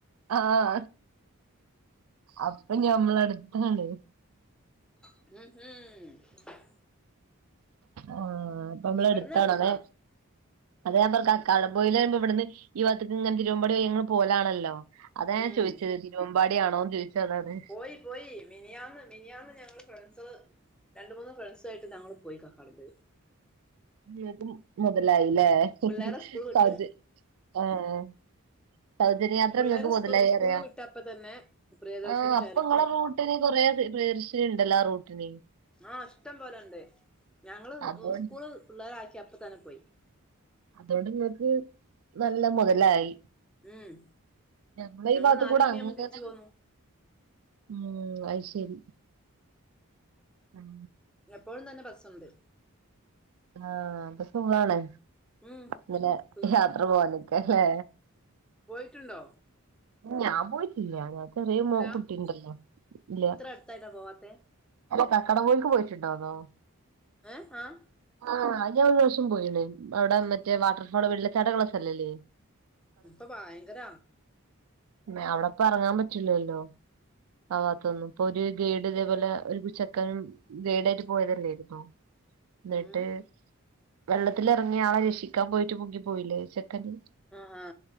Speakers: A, on the right; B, in the centre.
A: ആഹ് അപ്പ ഞമ്മള് അട്ത്താണ്.
B: <unintelligible>
A: ആഹ് അപ്പ മ്മള്
B: ഇവിടന്ന്
A: എട്ത്താണല്ലെ?
B: എളുപ്പാ
A: അത ഞാ പർ കക്കാടം പൊയില് റിമ്പോ ഇവട്ന്ന് ഈ ഭാഗത്ത് ങ്ങന തിരുവമ്പാടി വഴി ൻ പോകലാണല്ലോ. അതാ ഞ
B: ഉം
A: ചോയ്ച്ചത് തിരുവമ്പാടിയാണോന്ന് ചോയ്ച്ചേ അതാണ്.
B: പോയി പോയി മിനിയാന്ന് മിനിയാന്ന് ഞങ്ങള് ഫ്രണ്ട്സൾ രണ്ട്, മൂന്ന് ഫ്രണ്ട്സായിട്ട് ഞങ്ങൾ പോയി കക്കാടമ്പോയിൽ.
A: നിങ്ങൾക്ക് മൊതലായില്ലേ? <unintelligible>
B: പിള്ളേരെ സ്കൂൾ വിട്ട്
A: ആഹ് സൗജന്യയാത്ര
B: പിള്ളേര്
A: ങ്ങക്ക് മൊതലായി
B: സ്കൂ സ്കൂളിൽ
A: റ്യ
B: വിട്ടപ്പ തന്നെ പ്രിയദർശിനി
A: ആഹ്
B: കയറിപ്പോയി
A: അപ്പ ങ്ങളെ മോ <unintelligible> കൊറെ പ്രി പ്രിയദർശിനി ണ്ടല്ലോ ആ റൂട്ട്ന്.
B: ആഹ് ഇഷ്ടം പോലെണ്ട് ഞങ്ങള്
A: അതോണ്ട്
B: സ്കൂള് പിള്ളേരാക്കി അപ്പ തന്നെ പോയി.
A: അതുകൊണ്ട് ങ്ങക്ക് നല്ല മൊതലായി.
B: ഉം
A: ഞങ്ങളെ
B: ഞങ്ങള്
A: ഈ ഭാഗത്ത്
B: നാല്
A: കൂടെ
B: മണിയാവുമ്പോ
A: അങ്ങനെ
B: തിരിച്ചു പോന്നു
A: ഉം അയ് ശരി ഉം
B: എപ്പോഴും തന്നെ ബസ്സുണ്ട്.
A: ആഹ് അപ്പ സുഖാണ്
B: ഉം
A: ങ്ങനെ
B: സുഖം
A: യാത്ര പോവാനൊക്കെ അല്ലേ?
B: പോയിട്ടുണ്ടോ?
A: ഞാൻ പോയിട്ടില്ല ഞാൻ ചെറിയ മോ
B: ഇല്ല
A: കുട്ടിണ്ടല്ലോ ഇല്ല.
B: ഇത്ര അടുത്തായിട്ടാ പോവാത്തെ
A: അല്ല കക്കാട പോൽക്ക് പോയിട്ടുണ്ടോ ന്നോ?
B: ഏഹ് ആഹ്
A: ആഹ് ഞാ ഒരു ഷം പോയിണ്. അവടെ മറ്റേ വാട്ടർഫോള് വെള്ള ചാട്ടങ്ങൾ സ്ഥല്ലല്ലേ?
B: ഇപ്പ ഭയങ്കര
A: ന്നെ അവടെപ്പ എറങ്ങാൻ പറ്റില്ലല്ലോ. ആവാത്തൊന്നും പ്പ ഒര് ഗൈഡ് ഇതേപോലെ ഒരു ചെക്കനും ഗേഡായിട്ട് പോയതല്ലായിരുന്നോ? എന്നിട്ട്,
B: ഉം
A: വെള്ളത്തിലെറങ്ങിയ ആളെ രക്ഷിക്കാൻ പോയിട്ട് മുങ്ങി പോയില്ലേ ഒരു ചെക്കന്.
B: ആഹ..